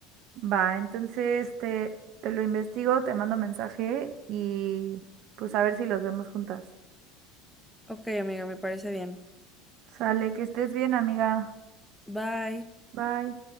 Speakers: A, on the right; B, in the centre.
A: Va, entonces te, te lo investigo, te mando mensaje y pues a ver si los vemos juntas.
B: Ok, amiga, me parece bien.
A: Sale, que estés bien, amiga.
B: Bye.
A: Bye.